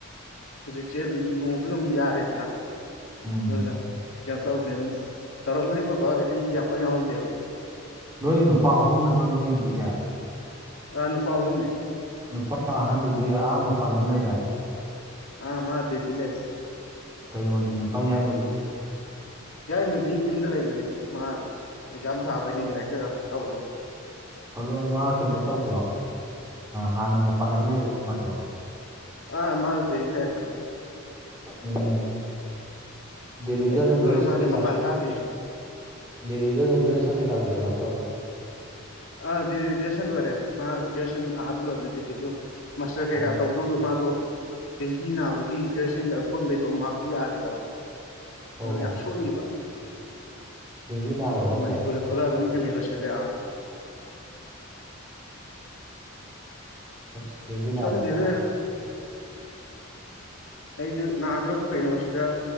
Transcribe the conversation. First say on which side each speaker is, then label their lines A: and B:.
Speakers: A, on the left (about 75°); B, on the right (about 15°).
A: ꯍꯧꯖꯤꯛꯁꯦ ꯅꯣꯡꯁꯨ ꯑꯗꯨꯝ ꯌꯥꯔꯦꯗꯅ
B: ꯎꯝ
A: ꯑꯗꯨꯅ ꯀꯩꯅꯣ ꯇꯧꯕꯅꯦ ꯑꯗꯨꯝ ꯇꯧꯔꯝꯃꯅꯤ ꯑꯩꯈꯣꯏ ꯐꯥꯎ ꯑꯩꯗꯤ ꯌꯥꯝ ꯀ ꯌꯥꯎꯍꯟꯗꯦꯕ
B: ꯅꯣꯏ ꯅꯨꯄꯥ ꯑꯍꯨꯝ ꯅꯠꯇ꯭ꯔꯣ ꯅꯣꯏ ꯌꯨꯝꯒꯤꯁꯦ
A: ꯑ ꯅꯨꯄꯥ ꯑꯍꯨꯝꯅꯦ
B: ꯅꯨꯄꯥ ꯑꯍꯟꯗꯨꯗꯤ ꯑꯍꯥ ꯃ ꯄꯥꯟꯂꯝ ꯂꯩꯔꯦ
A: ꯑ ꯃꯥꯗꯦ ꯏꯅꯦ
B: ꯀꯩꯅꯣꯗꯤ ꯅꯨꯄꯥ ꯌꯥꯏꯃꯗꯨꯗ
A: ꯌꯥꯔꯤꯃꯗꯤ ꯌꯨꯝꯗ ꯂꯩꯕꯅꯦ ꯃꯥ ꯑꯦꯛꯖꯥꯝ ꯊꯥꯕꯩꯅꯦ ꯂꯥꯏꯔꯤꯛ ꯀꯩꯀꯥ ꯇꯧꯔꯅꯤ
B: ꯑꯗꯣ ꯃꯥ ꯀꯩꯅꯣ ꯇꯧꯕ꯭ꯔꯣ ꯍꯥꯟꯅ ꯃꯄꯥꯟ ꯑꯃ ꯂꯩꯔꯨꯕ꯭ꯔꯣ ꯃꯥꯗꯣ
A: ꯑꯥ ꯃꯥꯁꯗꯔꯤꯒ ꯂꯩꯔꯦ
B: ꯎꯝ ꯂꯤꯗ
A: ꯑꯩ
B: ꯑꯗꯨꯒ꯭ꯔꯦꯁꯁꯦ
A: ꯈꯛꯇ ꯑꯣꯏꯔ ꯃꯥꯜꯂꯦ
B: ꯀ
A: ꯃꯄꯥꯟ ꯊꯥꯗ꯭ꯔꯤꯁꯦ
B: ꯗꯦꯜꯂꯤꯗ ꯑꯗꯨꯝ ꯒ꯭ꯔꯦ ꯁꯪ ꯀꯩ ꯀꯥ ꯂꯣꯏꯁꯤꯔꯛꯄ꯭ꯔꯕ
A: ꯑꯗꯤ ꯦꯁꯟ ꯂ ꯑꯣꯏꯔꯦ ꯃꯥ ꯦꯁꯟ ꯍꯥꯥꯇ ꯂ ꯑꯣꯏꯔꯅꯤꯗꯤ ꯑꯗꯨ ꯃꯥꯁꯇꯔ ꯀꯩꯀꯥ
B: ꯑꯥ
A: ꯇꯧꯗꯧꯗꯣ ꯃꯥꯗꯣ ꯗꯦꯡꯒꯤ ꯅꯥꯕꯒꯤ ꯏꯟꯐꯦꯛꯁꯟꯒꯤ ꯑꯀꯣꯟꯕꯩꯗꯣ ꯃꯍꯥꯛꯥꯛꯇ ꯌꯥꯈꯤꯗꯕ
B: ꯑꯣ
A: ꯑꯗꯨ ꯌꯥꯝ ꯁꯣꯟꯈꯤꯕ
B: ꯗꯦꯡꯒꯤ ꯅꯥꯈ꯭ꯔꯕ ꯍꯥꯏꯁꯦ
A: ꯃꯅꯤꯄꯨꯔꯗ ꯊꯣꯛꯂꯛ ꯑꯗꯨꯝ ꯑꯦꯝ ꯑꯦꯜ ꯂꯣꯏꯁꯤꯜꯂꯦꯥ
B: ꯑ ꯗꯃꯤꯅꯝꯁꯦ
A: ꯈꯪꯗꯦꯗ ꯑꯩꯁꯨ ꯅꯥꯗ꯭ꯔꯣꯕ ꯀꯩꯅꯣꯁꯤꯗ